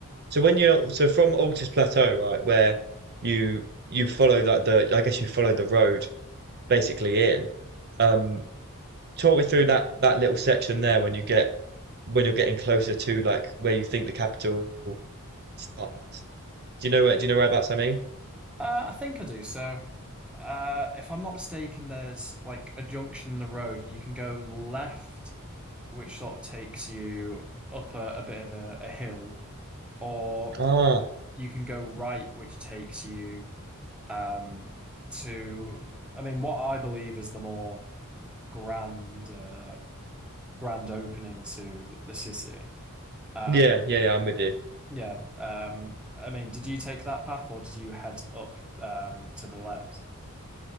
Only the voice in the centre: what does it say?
Uh, I think I do. So, uh, if I'm not mistaken, there's like a junction in the road, and you can go left, which sort of takes you up a, a bit of a, a hill, or
you can go right, which takes you um to, I mean, what I believe is the more grand, uh, grand opening to the, the city. Um,
yeah. Um, I mean, did you take that path, or did you head up um to the left?